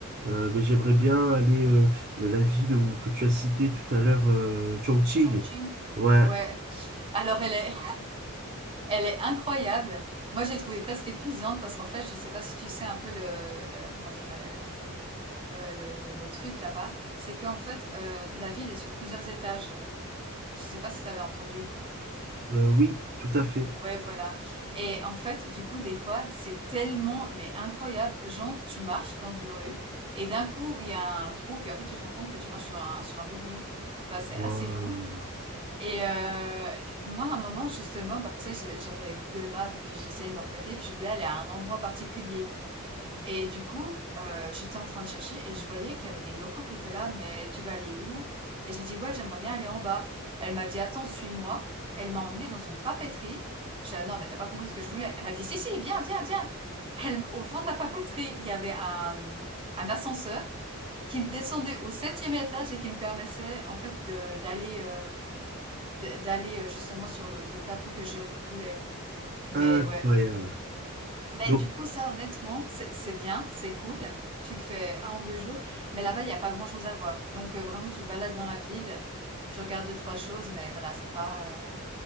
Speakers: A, on the right; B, on the right.
A: Euh, mais j'aimerais bien aller euh, euh, la ville où- que tu as citée tout à l'heure, euh, Chongqing.
B: Chongqing?
A: Ouais,
B: Ouais. Alors elle est, Elle est incroyable. Moi, j'ai trouvé presque épuisante parce qu'en fait, je ne sais pas si tu sais un peu le, le- comment dirais, euh, le, le truc là-bas, c'est qu'en fait, euh, la ville est sur plusieurs étages. Je ne sais pas si tu avais entendu.
A: euh, oui, tout à fait.
B: Ouais, voilà. Et en fait, du coup, des fois, c'est tellement, mais incroyable. Genre, tu marches dans une rue et d'un coup, il y a un trou, puis en fait, tu te rends compte que tu marches sur un, sur un building. Enfin, c'est
A: Waouh.
B: assez fou. Et euh, moi, à un moment, justement, bah, tu sais, j'ai- j'avais Google Maps et puis j'essayais de me repérer, puis je voulais aller à un endroit particulier. Et du coup, euh, j'étais en train de chercher et je voyais qu'il y avait des locaux qui étaient là, mais tu vas aller où? Et j'ai dit, ouais, j'aimerais bien aller en bas. Elle m'a dit, attends, suis-moi. Elle m'a emmenée dans une papeterie. Je dis ah non, mais t'as pas compris ce que je voulais. Elle m'a dit, si, si, viens, viens, viens. Elle, au fond de la papeterie, il y avait un, un ascenseur qui me descendait au septième étage et qui me permettait, en fait, de, d'aller euh, d d'aller, heu, justement sur le le plateau que je voulais. Mais
A: Incroyable.
B: ouais. Mais
A: Donc,
B: du coup, ça honnêtement, c'est c'est bien, c'est cool. Tu le fais un ou 2 jours, mais là-bas, il y a pas grand-chose à voir. Donc heu, vraiment, tu te balades dans la ville, tu regardes deux trois choses, mais voilà, c'est pas, heu,